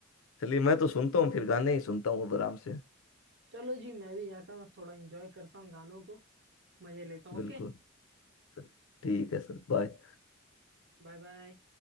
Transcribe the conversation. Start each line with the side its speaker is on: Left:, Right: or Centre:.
Left: चलिए मैं तो सुनता हूँ फिर गाने ही सुनता हूँ अब आराम से
Right: चलो जी मैं भी जाकर थोड़ा एंजॉय करता हूँ गानों को मजे लेता हूँ
Left: बिल्कुल
Right: ओके
Left: सर। ठीक है सर बाय
Right: Bye bye